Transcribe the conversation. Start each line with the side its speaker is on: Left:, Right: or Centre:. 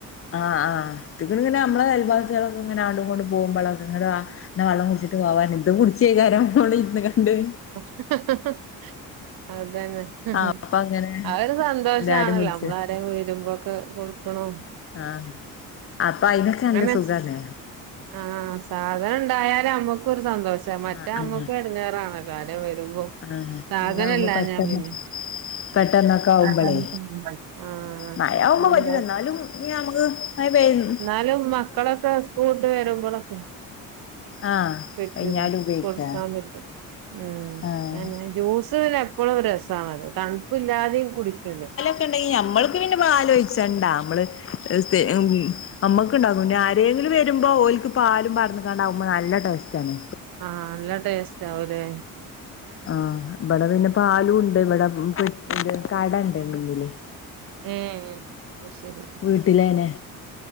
Left: ആഹ് ആഹ് ട്ട്ക്ണ് പിനെ നമ്മെളെ അയൽവാസേളൊക്കിങ്ങനെ ആടും കൊണ്ട് പൊ- പോമ്പള ഒന്ന് ഇങ്ട് വാ പിനെ വള്ളം കുടിച്ച്ട്ട് പോവാൻ ഇതും കുടിചെയ്ക്കാരം ഇവടെ ഇരിന്ന് ങ്ങണ്ട്.
Right: ഹ ഹ ഹ അതനെ. ഹ്
Left: ആഹ്
Right: ഹ്
Left: അപ്പ അങ്ങനെ
Right: അത് ഒരു സന്തോഷാണല്ലോ
Left: എല്ലാരും വിളിച്ച്
Right: നമ്മളാരേം വരുമ്പൊക്കെ കൊടുക്കണോം.
Left: ആഹ അപ്പയ്നൊക്കെ നല്ല
Right: അങ്ങനെ
Left: സുഖാലെ.
Right: ആഹ് സാധന്ണ്ടായാല നമ്മക്കൊരു സന്തോഷം. മറ്റേ
Left: ആഹ്
Right: അമ്മക്കും
Left: ആഹ്
Right: എടങ്ങാറാണല്ലോ ആരേം വെരുമ്പോ
Left: ആഹ്
Right: സാധനല്ലാഞ്ഞാ
Left: ഇങ്ങനെ ആവുമ്പോ പെട്ടെന്ന്
Right: പിനെ.
Left: പെട്ടെന്നൊക്കെ ആവുമ്പളേ
Right: ആഹ് <unintelligible>
Left: മഴ ആവുമ്പോ
Right: പിനെന്താ?
Left: പറ്റൂല എന്നാലും ഇനി നമക്ക് മയ പെയ്യുന്നു
Right: ന്നാലും മക്കളൊക്കെ സ്കൂള്ട്ട് വെരുമ്പൊളൊക്കെ-
Left: ആഹ്
Right: പെറ്റൊള്ളോ
Left: കഴിഞ്ഞാലും ഉപയോഗിക്ക
Right: കൊടുക്കാപറ്റും. ഉം
Left: ആഹ്
Right: അയനെ ജ്യൂസ് പിനെ എപ്പഴും രസമാണല്ലോ തണ്പില്ലാതെയും കുടിക്കില്ലേ.
Left: ക്ക്‌ണ്ടെങ്കി നമ്മൾക്ക് പിനെ പാലൊയ്ച്ചണ്ടാ നമ്മള് സ്തെഇമ് നമ്മക്ണ്ടാകുമ്പൊ പിനാരേങ്കിലും വെരുമ്പൊ ഓല്ക്ക് പാലും പാർന്ന് ങ്ങാണ്ടാവുമ്പ നല്ല ട്ടേസ്റ്റാണ്.
Right: ആഹ് നല്ല ട്ടേസ്റ്റാവുലേ.
Left: ആഹ് ഇപടെ പിനെ പാലുണ്ട് ഇവടെ പൊരിക്കണ്ട് കടണ്ട് മുനില്.
Right: ഏ അഹ് അശെരി.
Left: വീട്ടിലേനെ